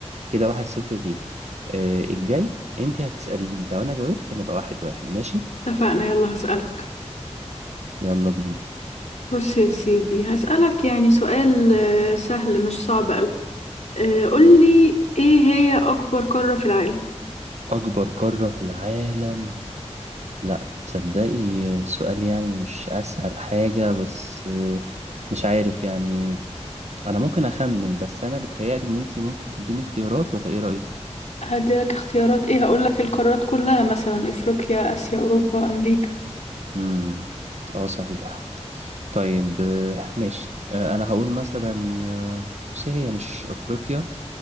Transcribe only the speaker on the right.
كده واحد صفر ليكي آه، الجاي انت هتسأليني لو انا جاوبت هنبقى واحد واحد ماشي
يلا بينا
اكبر قارة في العالم لا تصدقي آه، سؤال يعني مش اسهل حاجة بس آه، مش عارف يعني انا ممكن اخمن بس انا بتهيألي ان انت ممكن تديني اختيارات ولا ايه رأيك
امم اه صحيح طيب آه، ماشي آه، انا هقول مثلا آه، بصي هي مش افريقيا